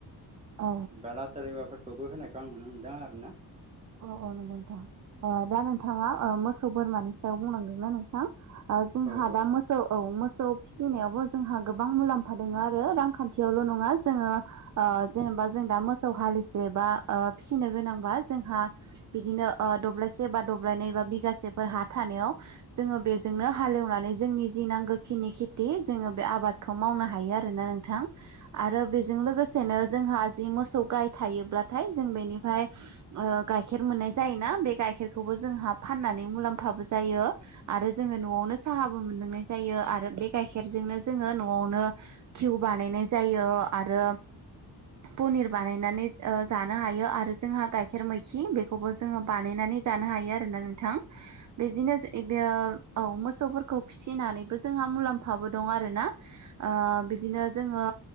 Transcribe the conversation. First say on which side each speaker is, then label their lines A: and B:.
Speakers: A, on the right (about 45°); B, on the right (about 15°).
A: औ
B: दा लाथा लेवाफोरखौबो होनायखो आं नुनो मोनदों आरो ना
A: अ अ नंगौ नोंथां ओ दा नोंथाङा मोसौ बोरमानि सायाव बुंलांदोंना नोंथां ओ जोंहा
B: औ औ
A: दा मोसौ औ। मोसौ फिसिनायावबो जोंहा गोबां मुलाम्फा दङो आरो रांखान्थियावल नङा जोङो ओ जेने बा जों दा मोसौ हालिसे बा ओ फिसिनो गोनांबा जोंहा बिदिनो ओ दब्लायसे बा दब्लायनै बा बिगासेफोर हा थानायाव जोङो बेजों नो हालेवनानै जोंनि जि नांगौखिनि खेथि जोङो बे आबादखौ मावनो हायो आरोना नोंथां आरो
B: औ
A: बेजों लोगोसेनो जोंहा जि मोसौ गाय थायोब्लाथाय जों बेनिफाय ओ गाइखेर मोननाय जायोना? बे गाइखेरखौबो जोंहा फाननानै मुलाम्फाबो जायो आरो जों ङो न'आवनो साहाबो मोनलांनाय जायो आरो बे गाइखेरजोंनो जोङो न'आवनो खिउ बानायनाय जायो आरो पनिर बानायनानै ओ जानो हायो आरो जोंहा गाइ खेर मैखि बेखौबो जोङो बानायनानै जानो हायो आरोना नोंथां बेदिनो
B: औ
A: ओ औ मोसौफोरखौ फिसिनानैबो जोंहा मुलाम्फाबो दं आरोना ओ बिदिनो जोङो